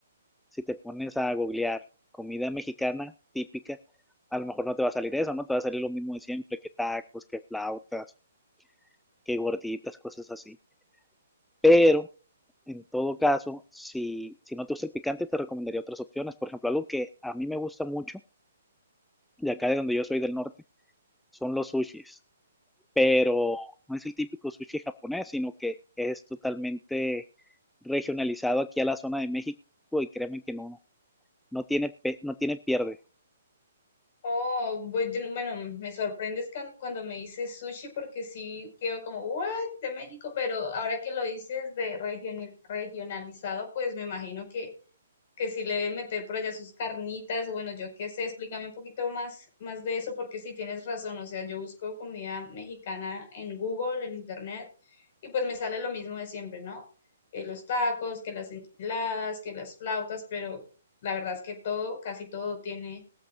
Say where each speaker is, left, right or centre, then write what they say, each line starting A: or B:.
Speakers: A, in the centre; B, on the left.
A: Si te pones a googlear comida mexicana típica, a lo mejor no te va a salir eso, ¿no? Te va a salir lo mismo de siempre, que tacos, que flautas, que gorditas, cosas así. Pero, en todo caso, si, si no te gusta el picante, te recomendaría otras opciones. Por ejemplo, algo que a mí me gusta mucho, de acá de donde yo soy del norte, son los sushis, pero no es el típico sushi japonés, sino que es totalmente regionalizado aquí a la zona de México y créeme que no, no tiene, pe- no tiene pierde.
B: Oh, bu- yo no- bueno, me sorprendes can- cuando me dices sushi porque sí quedo como, what, de México, pero ahora que lo dices de regioni- regionalizado, pues me imagino que, que sí le deben meter por allá sus carnitas, o bueno, yo qué sé, explícame un poquito más, más de eso porque sí tienes razón, o sea, yo busco comida mexicana en Google, en Internet, y pues me sale lo mismo de siempre, ¿no? Eh, los tacos, que las enchiladas, que las flautas, pero la verdad es que todo, casi todo tiene